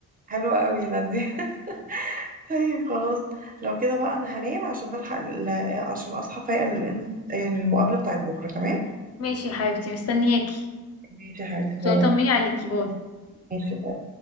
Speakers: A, on the right; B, on the left.
A: حلو قوي يا نادية <laughs> طيب خلاص لو كده بقى انا هنام عشان الحق ال- عشان اصحى فايقة للإن- آه، للمقابلة بتاعت بكرة تمام
B: ماشي يا حبيبتي مستنياكي
A: ماشي يا حبيبتي باي
B: طمني عليكي باي
A: ماشي باي